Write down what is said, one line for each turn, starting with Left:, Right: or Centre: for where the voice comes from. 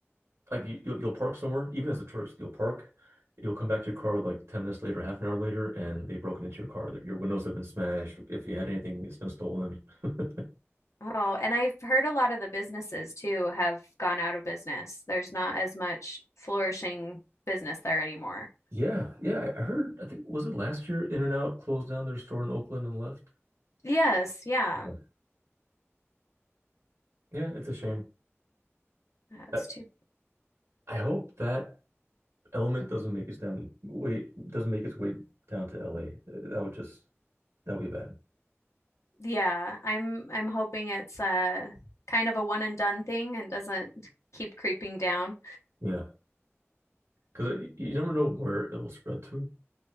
Right: like you, you'll, you'll park somewhere, even as a tourist, you'll park, you'll come back to your car like 10 minutes later, half an hour later, and they've broken into your car. Your windows have been smashed. If you had anything, it's been stolen. <laughs>
Left: Oh, and I've heard a lot of the businesses too have gone out of business. There's not as much flourishing business there anymore.
Right: Yeah, yeah, I I heard, I think, was it last year In-N-Out closed down their store in Oakland and left?
Left: Yes, yeah.
Right: Yeah, Yeah, it's a shame.
Left: That's
Right: I,
Left: too.
Right: I hope that element doesn't make its down way doesn't make its way down to LA. Uh, That would just that would be bad.
Left: Yeah, I'm I'm hoping it's uh kind of a one and done thing and doesn't keep creeping down.
Right: Yeah, because you you never know where it will spread to.